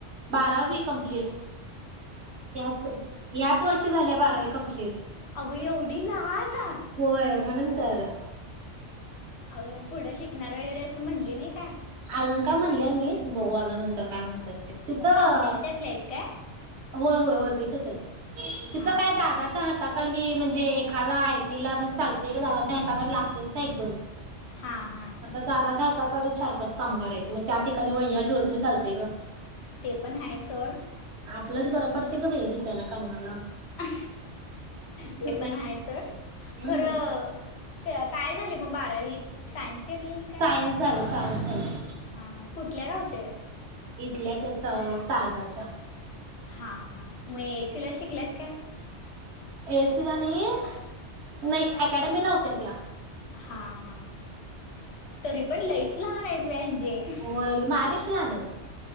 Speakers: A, on the right (about 65°); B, on the left (about 65°).
A: बारावी कंप्लीट याच -याच वर्षी झाल्या बारावी कंम्पप्लीट.
B: अगं एवढी लहान अहो,
A: होय म्हणून तर <inaudible>
B: मग पुढं शिकणार वगैरे असं म्हणली नाही काय?
A: अजून काय म्हणल्या नाहित बघू आता नंतर काय म्हणत्यात ते तिथं
B: मग पाहुण्यांच्यातल्या आहेत काय
A: होय -होय ओळखीच्याच आहेत <inaudible> तिथं
B: हां
A: काय दादाच्या
B: हां
A: हातात कली म्हणजे एखादा आयटीला म्हणजे चालतय दादाच्या हाताखाली लागतेच ना एक दोन
B: हा -हा.
A: आता दादाच्या हाताखाली चार पाच कामगार आहेत मग त्या ठिकाणी वहिणीला ठेवलं तरी चालतय ग.
B: ते पण आहे सोड..
A: आपलच बर पडतय ग बाई दुसऱ्याना काम <inaudible>
B: <inaudible> ते
A: तर
B: पण
A: बाई
B: आहे सोड.
A: हम्म
B: खरं काय झालेय मग बारावीत सायन्स घेतलेलीत काय?
A: सायन्स झाले सायन्स <inaudible>
B: हा हा कुठल्या गावच्या आहेत?
A: इथल्याच आहेत अ तारदाळच्या
B: हा- हा मग एसी ला शिकल्यात काय?
A: एसी ला नाही -नाही अकॅडमीला होत्या त्या
B: हा- हा तरी पण लईच लहान आहेत बाई अंजी जे
A: होय माझ्यापेक्षा लहान आहेत.